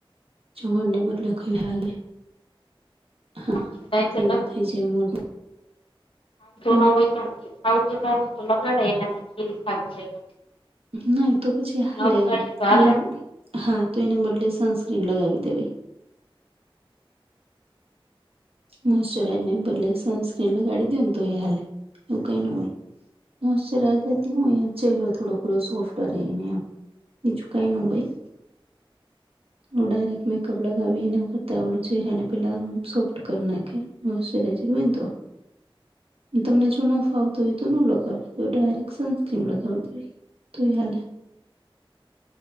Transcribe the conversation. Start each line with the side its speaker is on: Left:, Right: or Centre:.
Right: જોવારને બદલે કઈ લાગે
Left: <unintelligible>
Right: હા
Left: આવતો
Right: એવું થઈ જાય મોઢું હા
Left: ન હોય તો આવતો ના હોય તો લગાડો એનાથી ખીર ખાતા હોય
Right: નહી તો પછી હાલે
Left: ન લગાડીએ
Right: એમ
Left: તો હાલે
Right: એને હા તો એને બદલે સનસ્ક્રીન લગાવી દેવાય મોશચરાઈઝને બદલે સનસ્ક્રીન લગાડી દે ને તો એ હાલે એવું કઈ ન હોય મોસચરાઇઝર જતી હોય એ ચહેરો થોડો થો સોફ્ટ્યો બીજું કઈ ન હોય ડાયરેક્ટ મેકઅપ લગાવી અનેને વખતે ઓલું ચહેરાને પેલા સોફ્ટ કર નાખે મોસ્ટ્રાઇઝર હોય ને તો તમને જો ન ફાવતું હોય તો ન લગાવી દે ડાયરેક્ટ સનસ્ક્રીમ લગાવી જે તોય હાલે